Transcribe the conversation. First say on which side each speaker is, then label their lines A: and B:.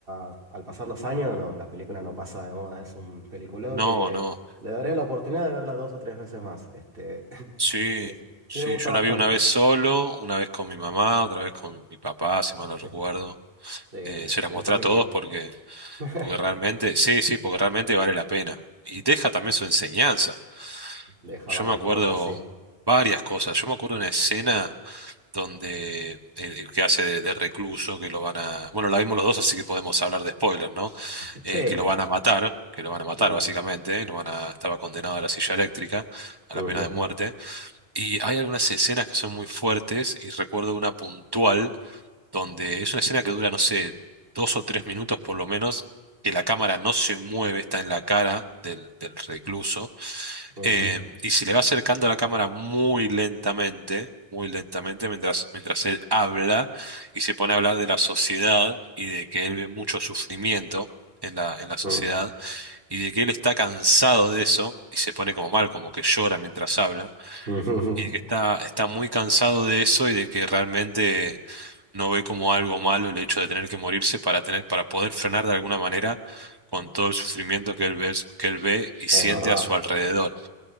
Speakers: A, on the right; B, on the right.
A: a- al pasar los años, no, la película no pasa de moda. Es un peliculón
B: No,
A: que
B: no,
A: le daré la oportunidad de verla dos o tres veces más. Este, <laughs>
B: sí,
A: sí, sí
B: sí,
A: me gusta
B: yo
A: bastante.
B: la vi una vez solo, una vez con mi mamá, otra vez con mi papá, si mal no recuerdo.
A: Eh, Sí, de-
B: eh, se las
A: en
B: mostré
A: familia.
B: a todos porque,
A: <laughs>
B: porque realmente, sí, sí, porque realmente vale la pena. Y deja también su enseñanza.
A: Deja
B: Yo
A: varias
B: me acuerdo
A: cosas, sí.
B: varias cosas. Yo me acuerdo una escena donde el, el que hace de, de recluso, que lo van a... Bueno, la vimos los dos, así que podemos hablar de spoiler, ¿no?
A: Sí,
B: Eh, que lo
A: sí.
B: van a matar, que lo van a matar
A: Ujú,
B: básicamente, lo van a... Estaba condenado a la silla eléctrica, a
A: ujú,
B: la pena de muerte. Y hay algunas escenas que son muy fuertes y recuerdo una puntual donde es una escena que dura, no sé, dos o tres minutos por lo menos, que la cámara no se mueve, está en la cara del, del recluso,
A: ujú,
B: eh, y se le va acercando a la cámara muy lentamente, muy lentamente, mientras, mientras él habla y se pone a hablar de la sociedad y de que él ve mucho sufrimiento. En la, en la sociedad
A: ujú,
B: y de que él está cansado de eso y se pone como mal, como que llora mientras habla
A: ujú, ujú.
B: y de que está, está muy cansado de eso y de que realmente no ve como algo malo el hecho de tener que morirse para tener, para poder frenar de alguna manera con todo el sufrimiento que él ve, que él ve y
A: Es
B: siente
A: verdad.
B: a su alrededor.